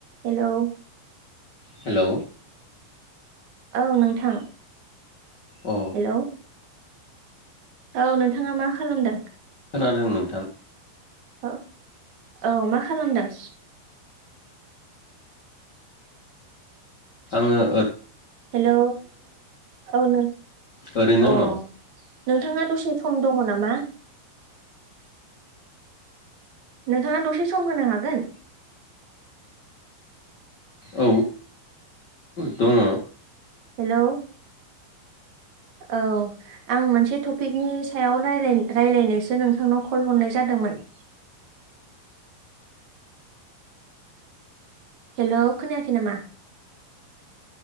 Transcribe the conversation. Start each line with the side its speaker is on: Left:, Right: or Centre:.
Right: Hello
Left: hello
Right: औ नोंथां
Left: अ
Right: हेलौ औ नोंथाङा मा खालामदों?
Left: खोनादों नोंथां।
Right: ओ औ मा खालामदों?
Left: आङो ओ
Right: हेलौ औ नों
Left: ओरैनो दङ
Right: अ नोंथाङा दसे सम दङ नामा? नोंथाङा दसे सम होनो हागोन?
Left: औ दङ
Right: हेलौ औ आं मोनसे टपिकनि सायाव रायलाय रायलायनोसो नोंथांनाव कल हरनाय जादोंमोन <inaudible> हेलौ खोनायाखै नामा?